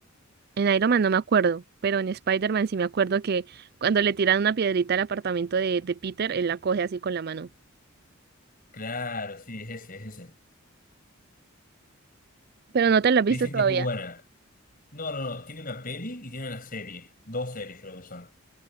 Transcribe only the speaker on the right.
En Iron Man no me acuerdo, pero en Spider-Man sí me acuerdo que cuando le tiran una piedrita al apartamento de, de Peter, él la coge así con la mano.
Pero no te la has visto
todavía.
<laughs>